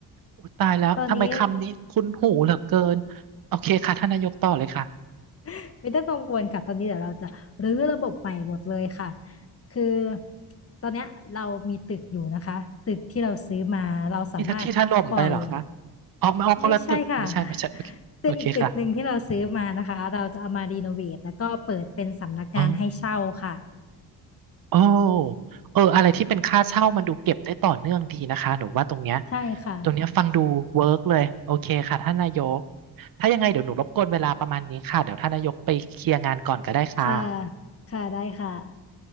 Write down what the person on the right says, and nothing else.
อุ๊ยตายแล้วทำไมคำนี้คุ้นหูเหลือเกิน
โอเคค่ะท่านนายกต่อเลยค่ะ
ที่ท่านที่ท่านล่มไปเหรอคะอ๋อไม่เอาคนละตึกไม่ใช่ไม่ใช่โอเคโอเคค่ะ
อ๋อ โอ้เอออะไรที่เป็นค่าเช่ามันดูเก็บได้ต่อเนื่องดีนะคะ หนูว่าตรงเนี้ย
ตรงเนี้ยฟังดูเวิร์กเลย โอเคค่ะท่านนายก ถ้ายังไงเดี๋ยวหนูรบกวนเวลาประมาณนี้ค่ะ เดี๋ยวท่านนายกไปเคลียร์งานก่อนก็ได้ค่ะ